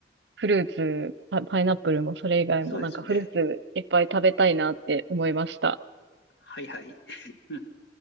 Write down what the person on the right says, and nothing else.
フルーツ、パ、パイナップルもそれ以外もなんかフルーツいっぱい食べたいなって思いました。